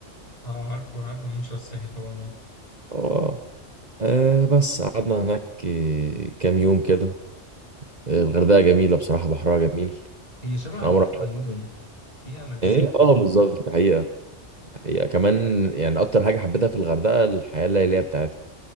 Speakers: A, on the left; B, on the right.
A: اه عارفه عارف الممشى السياحي طبعا اه
B: اه آه، بس قعدنا هناك آه، كام يوم كده آه، الغردقة جميلة بصراحة بحرها جميل
A: هي شبه
B: احنا
A: على
B: عمرنا
A: فكره المدن فيها مدينه
B: ايه
A: كده
B: اه بالظبط الحقيقة الحقيقة كمان يعني اكتر حاجة حبيتها في الغردقة الحياة الليلية بتاعتها